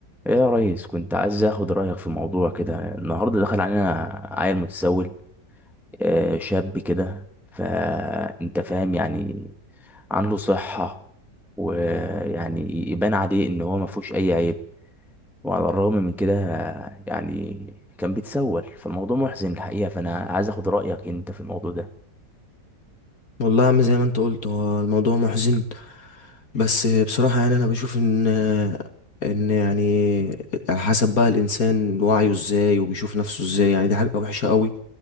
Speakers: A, in the centre; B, on the left (about 55°).
A: ايه يا ريس كنت عايز اخد رايك في موضوع كده النهارده دخل علينا عيل متسول آه، شاب كده فانت فاهم يعني عنده صحه ويعني يبان عليه ان هو ما فيهوش اي عيب وعلى الرغم من كده يعني كان بيتسول فالموضوع محزن الحقيقه فانا عايز اخد رايك انت في الموضوع ده
B: والله يا عم زي ما انت قلت هو الموضوع محزن بس بصراحة يعني انا بشوف ان ان يعني على حسب بقى الانسان وعيه ازاي وبيشوف نفسه ازاي يعني دي حاجة وحشة قوي